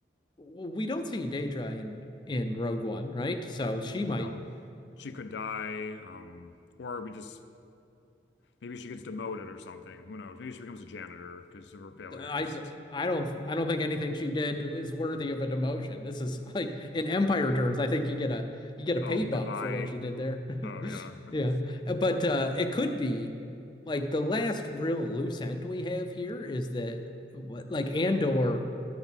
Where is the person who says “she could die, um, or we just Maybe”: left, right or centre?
Left